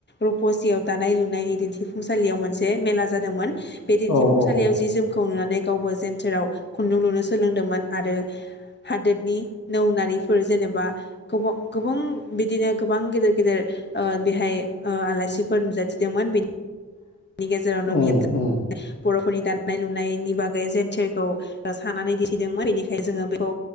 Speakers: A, on the left (about 35°); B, on the left (about 85°).
A: रुपसियाव दानाय लुनायनि दिन्थिफुंसालियाव मोनसे मेला जादोंमोन। बे दिन्थिफुंसालियाव
B: औ औ औ
A: जि जोमखौ नुनानै गावबो जेेन्टेराव खुन्दुं लुनो सोलोंदोंमोन आरो हादोरनि नौ नारिफोर जेनेबा गोबा गोबां बिदिनो गोबां गेदेर गेदेर ओ बेहाय ओ आलासिफोर नुजाथिदोंमोन बेनि <inaudible>
B: उम उम
A: बर'फोरनि दानाय-लुनायनि बागै जेेन्टेरखौ ओ सानानै दिन्थिदोंमोन बेनिखायनो जोङो बेखौ